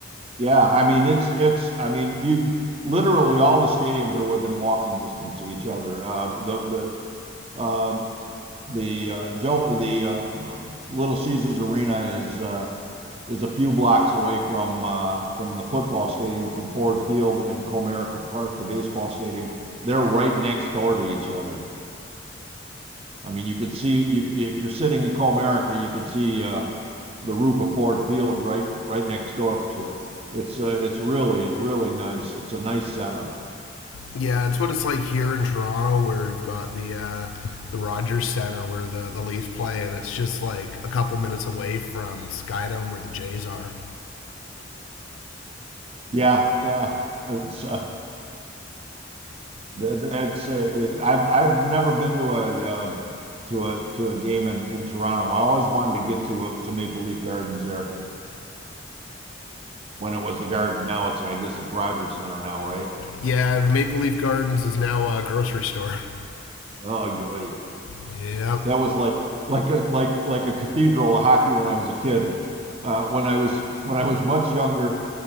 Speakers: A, on the right (about 30°); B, on the left (about 85°).
A: Yeah, I mean it's it's I mean you literally all the stadiums are within walking distance of each other. Uh, the the uh, the uh, Joe the uh, um, Little Caesars Arena is uh, is a few blocks away from uh, from the football stadium, from Ford Field and Comerica Park, the baseball stadium. They're right next door to each other. I mean, you can see you if you're sitting in Comerica, you can see uh, the roof of Ford Field right right next door to it. It's uh, it's really really nice. It's a nice setup.
B: Yeah, it's what it's like here in Toronto, where you've got the uh, the Rogers Center where the the Leafs play, and it's just like a couple minutes away from Skydome where the Jays are.
A: Yeah, yeah. It's uh, that, that's uh, I've I've never been to a uh, to a to a game in, in Toronto. I always wanted to get to uh, to Maple Leaf Gardens there when it was the Garden. Now it's I guess it's Rogers Center now, right?
B: Yeah, the Maple Leaf Gardens is now a grocery store. <laughs>
A: Oh, yoy.
B: Yep.
A: That was like like a like like a cathedral of hockey when I was a kid. Uh, when I was when I was much younger,